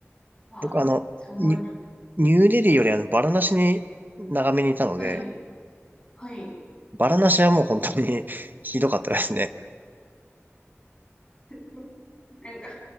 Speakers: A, on the left; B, on the right.
A: あ、
B: 僕あの、
A: そうね
B: ニニューデリーよりあの、バラナシに長めにいたので、
A: はい。はい。
B: バラナシはもう本当に <laughs> ひどかったですね。
A: <laughs> なんか、